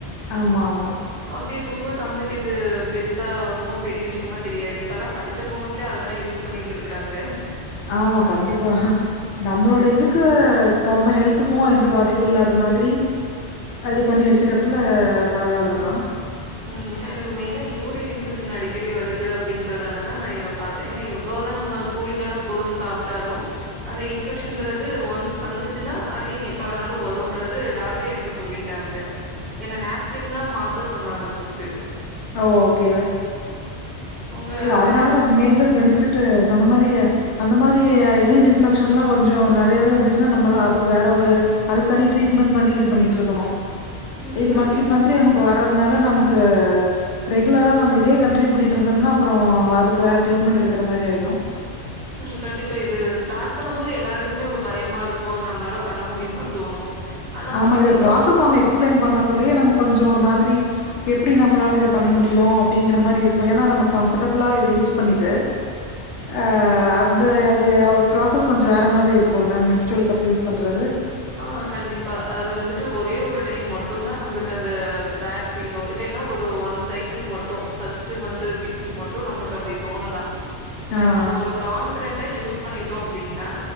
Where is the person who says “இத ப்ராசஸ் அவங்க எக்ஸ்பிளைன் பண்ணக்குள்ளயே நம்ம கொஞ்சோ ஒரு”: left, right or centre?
Left